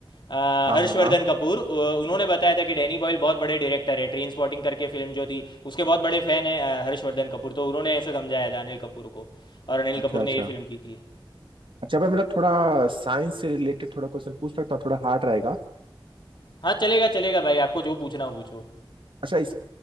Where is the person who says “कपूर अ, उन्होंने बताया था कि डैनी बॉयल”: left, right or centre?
Left